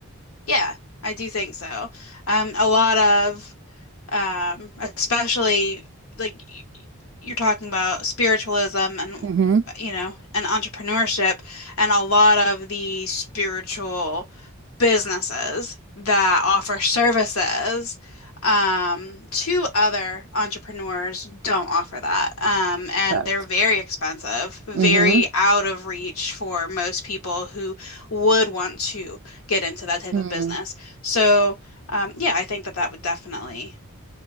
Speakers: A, on the left; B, on the right.
A: Yeah, I do think so. Um, a lot of um, especially like y- y- you're talking about spiritualism and
B: Mm-hmm.
A: you know and entrepreneurship and a lot of the spiritual businesses that offer services um, to other entrepreneurs don't offer that um, and
B: Correct.
A: they're very expensive very
B: Mm-hmm.
A: out of reach for most people who would want to get into that type
B: Mm-hmm.
A: of business so um, yeah, I think that that would definitely